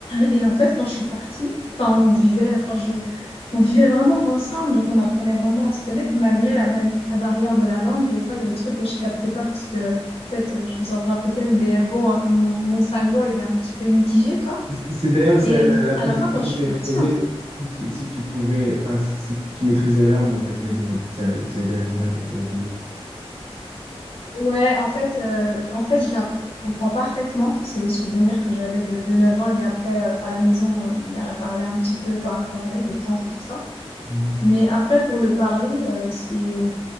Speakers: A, on the left; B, on the right.
A: et en fait, quand je suis partie, enfin, on vivait, enfin, je, on vivait vraiment ensemble, donc on apprenait vraiment à se connaître malgré la, ba- la barrière de la langue. Des fois, il y a des trucs que je captais pas parce que, en fait, je suis centrafricaine, mais bon, hein, mon, mon sango, il est un petit peu mitigé, quoi.
B: C'est c'est d'ailleurs
A: Et
B: c'est la
A: à
B: prochaine
A: la fin,
B: question
A: quand je suis
B: que j'allais
A: partie,
B: te poser.
A: en fait,
B: Si tu, si tu pouvais, enfin, si, si tu maîtrisais la langue, en fait, mais bon, tu as, tu as directement rép- répondu.
A: ouais, en fait, euh, en fait, je la comprends parfaitement. C'est les souvenirs que j'avais de, de 9 ans et après, euh, à la maison, euh, ma mère, elle parlait un petit peu, enfin, elle parlait, les tantes et tout ça.
B: Mhm.
A: Mais après, pour le parler, euh, c'est...